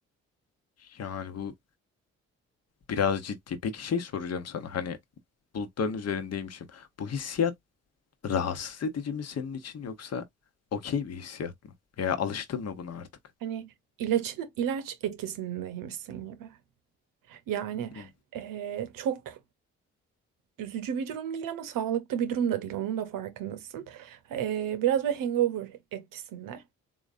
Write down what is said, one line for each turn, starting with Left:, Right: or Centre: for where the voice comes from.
Left: Yani bu biraz ciddi. Peki şey soracağım sana. Hani bulutların üzerindeymişim. Bu hissiyat rahatsız edici mi senin için yoksa okey bir hissiyat mı? Ya alıştın mı buna artık?
Right: Hani ilaçın ilaç etkisindeymişsin gibi. Yani
Left: Hı.
Right: e, çok Üzücü bir durum değil ama sağlıklı bir durum da değil. Onun da farkındasın. Ee, biraz böyle hangover etkisinde.